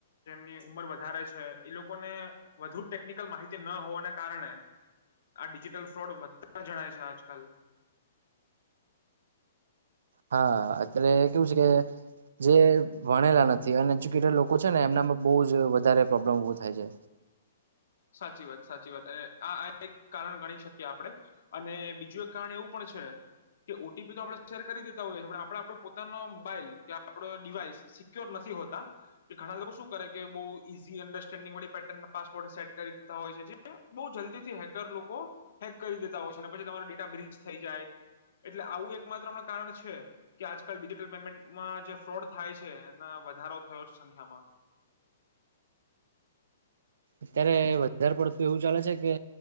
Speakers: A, on the left; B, on the right.
A: જેમની ઉંમર વધારે છે એ લોકોને વધુ ટેકનિકલ માહિતી ન હોવાને કારણે આ ડિજિટલ ફ્રોડ વધતા જણાય છે આજકાલ.
B: હા અત્યારે કેવું છે કે જે ભણેલા નથી અનએજ્યુકેટેડ લોકો છે ને એમનામાં બહુ જ વધારે પ્રોબ્લેમ ઉભો થાય છે.
A: સાચી વાત સાચી વાત અને આ આ એક કારણ ગણી શકીએ આપડે અને બીજું એક કારણ એવું પણ છે કે ઓટીપી તો આપણે શેર કરી દેતા હોઈએ છે પણ આપણે આપડો પોતાનો મોબાઈલ કે આપડો ડિવાઈસ સિક્યોર નથી હોતા કે ઘણા લોકો શું કરે કે બહુ ઈઝી અન્ડરસ્ટેન્ડિંગ વાળી પેટર્ન ના પાસવર્ડ સેટ કરી દેતા હોય છે જે બહુ જલ્દી થી હેકર લોકો હેક કરી દેતા હોય છે પછી તમારો ડેટા બ્રિચ થઈ જાય એટલે આવું એક માત્ર હમણાં કારણ છે કે આજકાલ ડિજિટલ પેમેન્ટમાં જે ફ્રોડ થાય છે ના વધારો થયો છે સંખ્યામાં.
B: અત્યારે વધારે પડતું એવું ચાલે છે કે